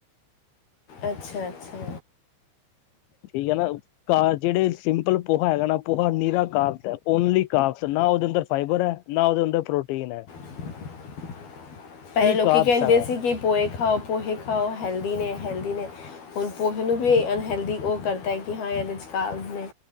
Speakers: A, on the left (about 50°); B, on the left (about 75°).
A: ਅੱਛਾ ਅੱਛਾ।
B: ਠੀਕ ਐ ਨਾ। ਤਾਂ ਜਿਹੜੇ ਸਿੰਪਲ ਪੋਹਾ ਹੈਗਾ ਨਾ ਪੋਹਾ ਨੀਰਾ ਕਾਪਸ ਐ ਓਨਲੀ ਕਾਪਸ ਨਾ ਉਹਦੇ ਅੰਦਰ ਫਾਈਬਰ ਐ। ਨਾ ਉਹਦੇ ਅੰਦਰ ਪ੍ਰੋਟੀਨ ਐ।
A: <inaudible> ਪਹਿਲੇ ਲੋਕੀ
B: ਕਾਰਬਸ
A: ਕਹਿੰਦੇ
B: ਹੈਗਾ
A: ਸੀ ਕਿ ਪੋਹੇ ਖਾਓ ਪੋਹੇ ਖਾਓ ਹੈਲਦੀ ਨੇ ਹੈਲਦੀ ਨੇ। ਹੁਣ ਪੋਹੇ ਨੂੰ ਵੀ ਅਨਹਲਦੀ ਓ ਕਰਤਾਂ ਕਿ ਹਾਂ ਇਹਦੇ ਚ <unintelligible> ਨੇ।